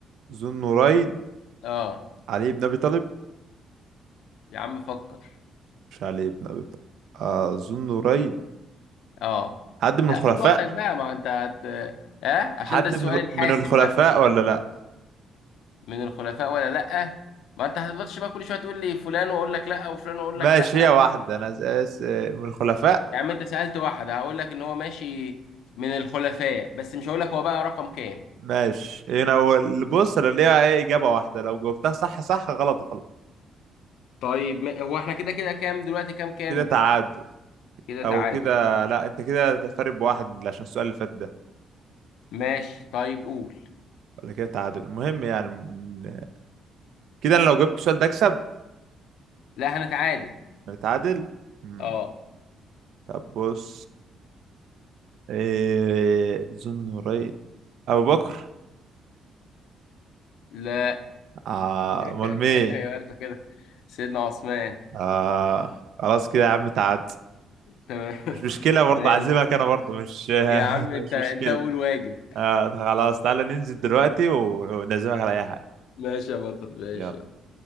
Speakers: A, on the right; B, on the left.
A: ذو النورين
B: اه
A: علي بن أبي طالب
B: يا عم فكر
A: مش علي بن أبي طالب أظن نورين
B: اه
A: حد من
B: لا
A: الخلفاء
B: خد وقتك بقى ما انت هت... اه عشان
A: حد
B: ده السؤال
A: من
B: الحاسم
A: من الخلفاء
B: بقى
A: ولا لا
B: من الخلفاء ولا لا ما انت هتفضلش بقى كل شويه تقول لي فلان واقول لك لا وفلان واقول
A: ماشي
B: لك لا
A: هي واحدة أنا أساس من الخلفاء
B: يا عم انت سالت واحد هقول لك ان هو ماشي من الخلفاء بس مش هقول لك هو بقى رقم كام
A: ماشي هنا هو اللي بص أنا ليها إيه إجابة واحدة لو جاوبتها صح صح غلط غلط
B: طيب ما... هو احنا كده كده كام دلوقتي كام كام
A: كده تعادل
B: كده
A: أو
B: تعادل
A: كده لا أنت كده فارق بواحد عشان السؤال اللي فات ده
B: ماشي طيب قول
A: ولا كده تعادل المهم يعني من- كده أنا لو جبت السؤال ده أكسب
B: لا هنتعادل
A: نتعادل مم.
B: اه
A: طب بص إيه ذو النورين أبو بكر
B: لا
A: آه
B: <laughs>
A: امال مين
B: يبقى انت كده سيدنا عثمان
A: آه خلاص كده يا عم تعاد
B: تمام <laughs>
A: مش مشكلة برضه عازمك
B: ماشي
A: انا برضه مش
B: يا
A: <laughs>
B: عم انت
A: مش
B: انت
A: مشكلة
B: اول واجب
A: آه خلاص تعالى ننزل دلوقتي ونعزمك على اي حاجة
B: ماشي يا بطل ماشي
A: يلا
B: يلا.